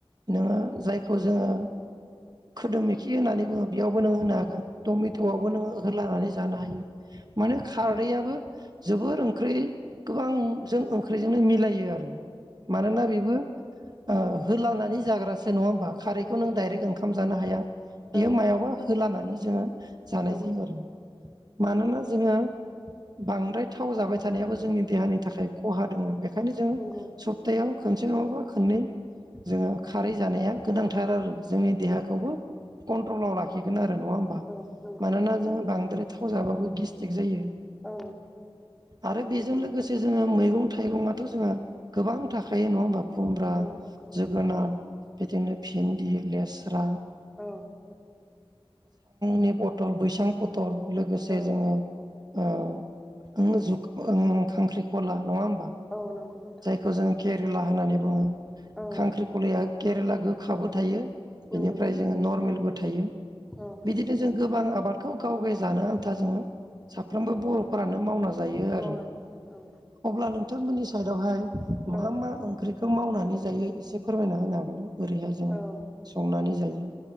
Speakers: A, on the right (about 45°); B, in the centre.
A: नोङो जायखौ जोङो खोदोम मोखि होननानै बुङो बेयावबो नोंङो होनो हागोन। टमेट'
B: औ नंगौ नोंथां औ
A: आबोनो ओह लानानै जानो हायो। माने खारदैआबो <unintelligible> जोबोर ओंख्रि गोबां जों ओंख्रिजोंनो मिलायो आरो। मानोना बेबो ओ होलांनानै जाग्रासो नङा खारैखौ
B: नंगौ
A: नों
B: नोंथां
A: दडाइरेक्ट ओंखाम जानो हाया बियो
B: औ
A: मायावबा होलानानै जो जानाय
B: नंगौ
A: जायो आरो मानोना जोङो बांद्राय थाव जाबाय थानायाबो जोंनि देहानि थाखाय खहा दोङ बे ओंखायनो जों
B: नंगौ
A: सप्तायाव खनसे नङबा खननै जोङो खारै जानाया गोनांथार आरो। जोंनि देहाखौबो
B: नंगौ नोंथां
A: कन्ट्रलाव लाखिगोननो नङा हबा
B: औ नंगौ
A: मानोना जों बांद्राय थावजाबाबो गेस्टक जायो।
B: औ
A: आरो बेजों
B: नंगौ
A: लोगोसे जोङो मैगं थाइगंआथ' जोङो गोबां थाखायायो नङा होमबा खुमब्रा
B: औ नंगौ
A: जोगोनार बिदिनो भिन्दि लेस्रा
B: औ
A: नि पटल बैसांफो ल लोगोसे
B: औ
A: जोङो अ ओ जुख ओ खांख्रिखला नङा ओमबा
B: औ नंगौ नोंथां
A: जायखौ जों केरेला होननानै बुङो
B: औ
A: खांख्रिखलाया केरेला गोखाबो थायो।
B: नंगौ
A: बिनिफ्राय जोङो नर्मेलबो थायो
B: औ
A: बिदिनो जों गोबां आबाद बेखौ गाव गाय जानो आन्था जोङो साफ्रोमबो बर'फोरानो मावना जायो
B: मावना
A: आरो
B: जायो औ
A: अब्ला नोंथांमोननि साइदआवहाय मा
B: औ
A: मा ओंख्रिखौ मावनो नानै जायो एसे फोरमायना होनो हागोन बोरैहाय जोङो
B: औ
A: संनानै जायो।